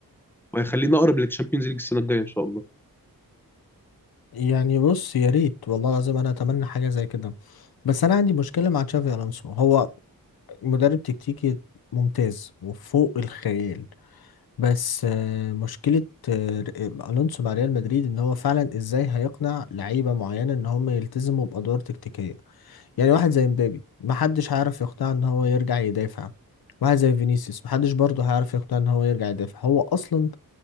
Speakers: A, in the centre; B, on the left.
A: وهيخلينا اقرب للتشامبيونز ليج السنه الجايه ان شاء الله
B: يعني بص يا ريت والله العظيم انا اتمنى حاجه زي كده بس انا عندي مشكله مع تشافي الونسو هو مدرب تكتيكي ممتاز وفوق الخيال بس آه، مشكله آه، الونسو مع ريال مدريد ان هو فعلا ازاي هيقنع لعيبه معينه ان هم يلتزموا بادوار تكتيكيه يعني واحد زي مبابي محدش هيعرف يقنعه ان هو يرجع يدافع واحد زي فينيسيوس محدش برضه هيعرف يقنعه ان هو يرجع يدافع هو اصلا